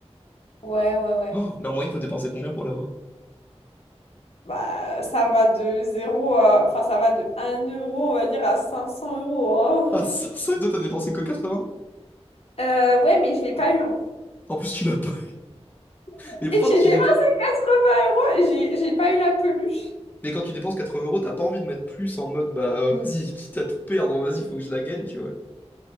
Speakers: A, on the left; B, on the left.
A: Ouais, ouais, ouais.
B: Oh, mais en moyenne, il faut dépenser combien pour l'avoir?
A: Bah, ça va de zéro à... Enfin, ça va de un euro, on va dire, à cinq cents euros. hein.
B: Ah, ça,
A: <laughs>
B: ça, et toi, t'as dépensé que 80?
A: Euh, ouais, mais je l'ai pas eu. hein.
B: En plus, tu l'as pas.
A: <laughs>
B: Mais pourtant,
A: Et j'ai
B: quand tu,
A: dépensé
B: dép-
A: 80 euros et j'ai j'ai pas eu la peluche.
B: mais quand tu dépenses 80 euros, t'as pas envie de mettre plus en mode, bah, euh, vas-y, quitte à tout perdre, vas-y, faut que je la gagne, tu vois.